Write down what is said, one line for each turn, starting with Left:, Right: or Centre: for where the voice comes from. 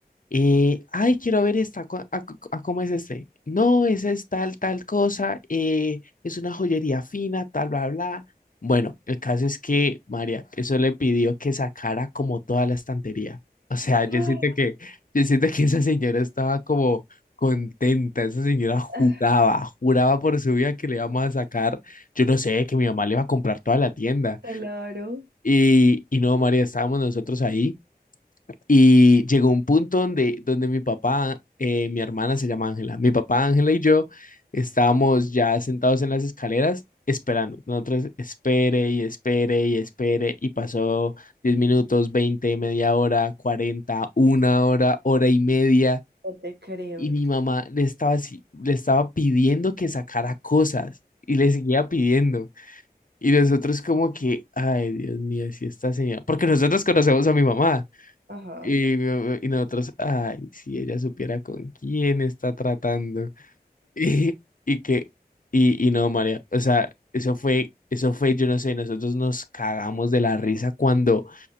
Left: eh, ay, quiero ver esta, co- a, co- a cómo es este. No, esa es tal, tal cosa, eh, es una joyería fina, tal, bla, bla. Bueno, el caso es que María, eso le pidió que sacara como toda la estantería. O sea, yo
Right: ¡Ah!
Left: siento que, yo siento que esa señora estaba como contenta, esa señora juraba,
Right: <laughs>
Left: juraba por su vida que le íbamos a sacar, yo no sé, que mi mamá le iba a comprar toda la tienda.
Right: Claro,
Left: Y, y no, María, estábamos nosotros ahí. Y llegó un punto donde, donde mi papá, eh, mi hermana se llama Ángela, mi papá Ángela y yo estábamos ya sentados en las escaleras esperando. Nosotros espere y espere y espere y pasó 10 minutos, 20 media hora, 40 una hora, hora y media.
Right: no te creo.
Left: Y mi mamá le estaba así, le estaba pidiendo que sacara cosas y le seguía pidiendo. Y nosotros como que, ay, Dios mío, si esta señora, porque nosotros conocemos a mi mamá.
Right: Ajá.
Left: Y, eh, y nosotros, ay, si ella supiera con quién está tratando. <laughs> Y, y que, y, y no, María, o sea, eso fue, eso fue, yo no sé, nosotros nos cagamos de la risa cuando